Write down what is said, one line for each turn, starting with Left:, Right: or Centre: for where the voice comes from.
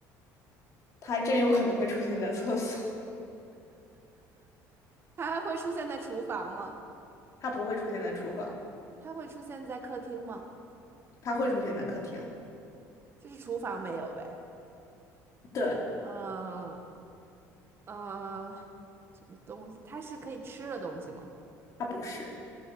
Left: 它还真有可能会出现在厕所，
Right: 它会出现在厨房吗？
Left: 它不会出现在厨房，
Right: 它会出现在客厅吗？
Left: 它会出现在客厅。
Right: 就是厨房没有呗。
Left: 对，
Right: 呃呃，什么东西？它是可以吃的东西吗？
Left: 它不是，